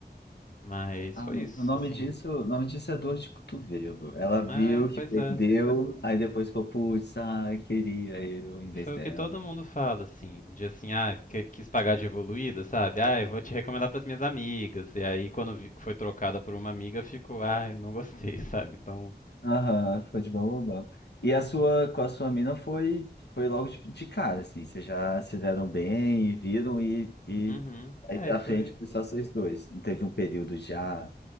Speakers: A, on the left; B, on the left.
A: Mas
B: Ah,
A: foi
B: mas
A: isso,
B: o nome
A: assim.
B: disso, o nome disso é dor de cotovelo. Ela viu
A: É,
B: que
A: pois
B: perdeu,
A: é.
B: aí depois ficou, putz, ah, queria eu em vez
A: Foi
B: dela.
A: o que todo mundo fala, assim, de assim, ah, que- quis pagar de evoluída, sabe? Ah, eu vou te recomendar pras minhas amigas. E aí, quando vi- foi trocada por uma amiga, ficou, ah, não gostei, <laughs> sabe? Então,
B: Aham, ficou de boba. E a sua, com a sua mina foi, foi logo de, de cara, assim, vocês já se deram bem e viram e, e
A: Uhum.
B: aí
A: Aí
B: pra
A: foi.
B: frente foi só vocês dois. Não teve um período já,